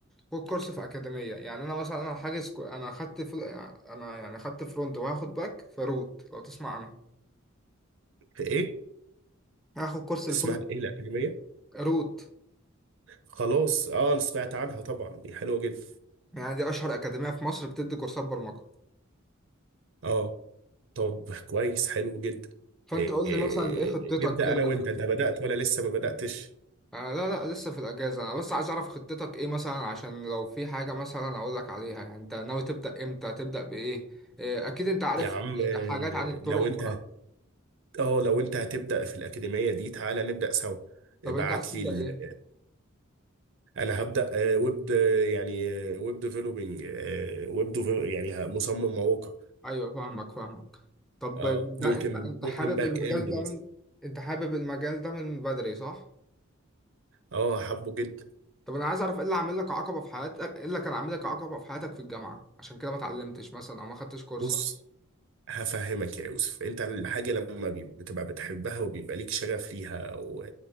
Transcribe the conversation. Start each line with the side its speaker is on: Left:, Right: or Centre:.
Centre: خد كورس في أكاديمية يعني انا مثلا انا حاجز كو- انا خدت فل... انا يعني خدت فرونت وهاخد باك فروت لو تسمع عنها
Right: ايه
Centre: هاخد كورس الفول
Right: اسمها ايه الاكاديميه
Centre: روت
Right: خلاص اه أنا سمعت عنها طبعا دي حلوه جدا
Centre: يعني دي اشهر أكاديمية في مصر بتدي كورسات برمجة
Right: اه طب كويس حلو جدا
Centre: فانت
Right: إيه
Centre: قول
Right: إيه
Centre: لي مثلا ايه خطتك
Right: إيه، نبدا
Centre: كده
Right: انا وانت انت بدات ولا لسه ما بداتش
Centre: آه لا لا لسه في الأجازة أنا بس عايز أعرف خطتك إيه مثلا عشان لو في حاجة مثلا أقول لك عليها يعني أنت ناوي تبدأ إمتى تبدأ بإيه آه، أكيد أنت عارف
Right: يا عم
Centre: حاجات عن الطرق
Right: لو انت
Centre: ف...
Right: هت- اه لو انت هتبدأ في الأكاديمية دي تعالى نبدأ سوا
Centre: طب
Right: ابعت
Centre: أنت عايز تبدأ
Right: لي ال...
Centre: إيه
Right: انا هبدأ آه، ويب آه، يعني آه، ويب ديفلوبينج آه، ويب ديفل... يعني ه- مصمم مواقع
Centre: أيوه فاهمك فاهمك طب
Right: اه ممكن
Centre: ده أنت أنت
Right: ممكن
Centre: حابب
Right: باك
Centre: المجال
Right: اند
Centre: ده
Right: مثلا
Centre: من... أنت حابب المجال ده من بدري صح؟
Right: اه حبه جدا
Centre: طب أنا عايز أعرف إيه اللي عامل لك عقبة في حياتك إيه اللي كان عامل لك عقبة في حياتك في الجامعة عشان كده ما اتعلمتش مثلا أو ما خدتش كورس
Right: بص هفهمك يا يوسف انت الحاجة لما بي- بتبقى بتحبها وبيبقى ليك شغف ليها و...